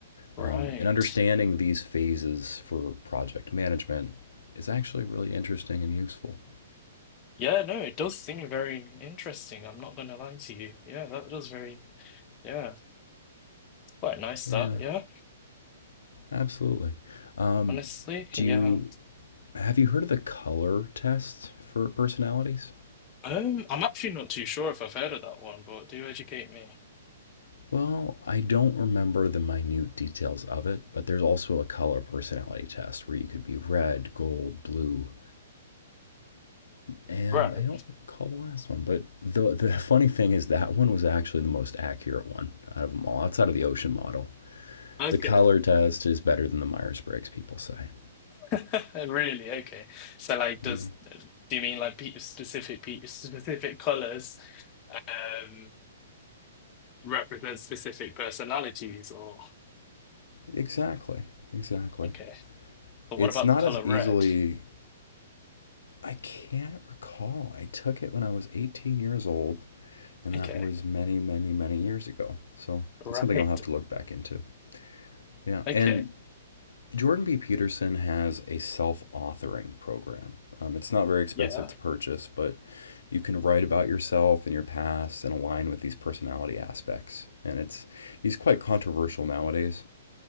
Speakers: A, on the left (about 30°); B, on the left (about 75°).
A: Right.
B: Um, and understanding these phases for project management is actually really interesting and useful.
A: Yeah, no, it does seem very interesting. I'm not gonna lie to you. Yeah, that was very, yeah, quite nice
B: Yeah,
A: that, yeah,
B: absolutely. Um,
A: honestly.
B: do
A: Yeah.
B: you have you heard of the color test for personalities?
A: Um, I'm actually not too sure if I've heard of that one, but do educate me.
B: Well, I don't remember the minute details of it, but there's also a color personality test where you could be red, gold, blue, and
A: Right.
B: I don't recall the last one, but the the <laughs> funny thing is that one was actually the most accurate one out of them all, outside of the ocean model.
A: Okay.
B: The color test is better than the Myers Briggs, people say.
A: <laughs> Really? Okay. So, like, does
B: Yeah,
A: do you mean like pe specific pe specific colors um represent specific personalities, or
B: exactly, exactly.
A: okay? But
B: It's
A: what about
B: not
A: the color
B: as
A: red?
B: easily. I can't recall. I took it when I was 18 years old, and that
A: Okay.
B: was many, many, many years ago. So
A: Right.
B: it's something I'll have to look back into. Yeah,
A: Okay.
B: and Jordan B. Peterson has a self authoring program. Um, it's not very expensive
A: Yeah.
B: to purchase, but you can write about yourself and your past and align with these personality aspects. And it's he's quite controversial nowadays